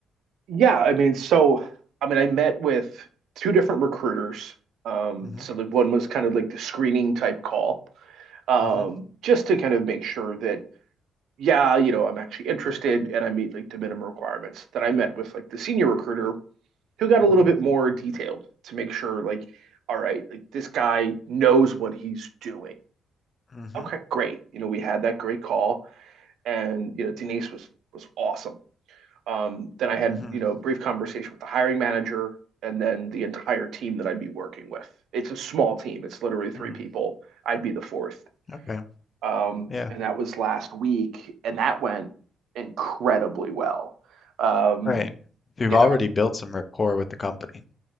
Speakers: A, on the right (about 75°); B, on the left (about 35°).
A: Yeah, I mean, so I mean, I met with two different recruiters. Um,
B: hmm
A: so like one was kind of like the screening type call, um,
B: hmm
A: just to kind of make sure that yeah, you know, I'm actually interested and I meet like the minimum requirements. Then I met with like the senior recruiter who got a little
B: Mhm,
A: bit more detailed to make sure like, all right, like this guy knows what he's doing.
B: mhm,
A: Okay, great. You know, we had that great call and you know, Denise was was awesome. Um, then I had,
B: mhm,
A: you know, a brief conversation with the hiring manager and then the entire team that I'd be working with. It's a small team. It's literally three
B: mhm.
A: people. I'd be the fourth
B: Okay.
A: um,
B: Yeah,
A: and that was last week, and that went incredibly well. Um,
B: right. You've
A: you
B: already
A: know,
B: built some rapport with the company.